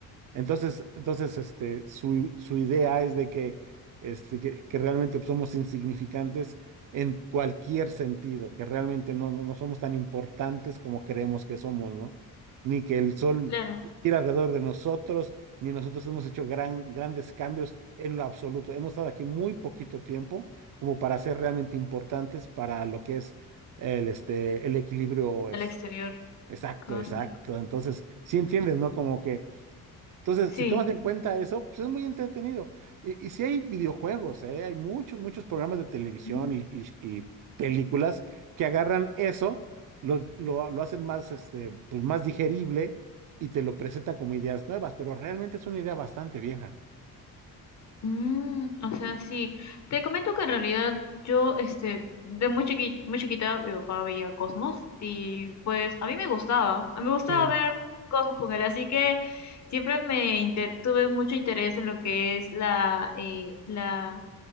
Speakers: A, on the right; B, on the left.
A: Entonces, entonces este, su, su idea es de que, este, que, que realmente pues, somos insignificantes en cualquier sentido, que realmente no, no, no somos tan importantes como creemos que somos, ¿no? Ni que el sol
B: Claro,
A: gira alrededor de nosotros, ni nosotros hemos hecho gran, grandes cambios en lo absoluto. Hemos estado aquí muy poquito tiempo como para ser realmente importantes para lo que es el, este, el equilibrio, este,
B: al exterior.
A: exacto,
B: Cósmico.
A: exacto. Entonces, sí entiendes, ¿no? Como que entonces,
B: Sí.
A: si tomas en cuenta eso, pues es muy entretenido. Y, y sí hay videojuegos, ¿eh? Hay muchos, muchos programas de televisión
B: Mm,
A: y, y- y películas que agarran eso, lo, lo- lo hacen más, este, pues más digerible y te lo presentan como ideas nuevas, pero realmente es una idea bastante vieja.
B: Mm, o sea, sí. Te comento que en realidad yo, este, de muy chiqui- muy chiquita, mi papá veía Cosmos y pues a mí me gustaba, a mí me gustaba
A: Sí,
B: ver Cosmos con él, así que siempre me inter- tuve mucho interés en lo que es la, eh, la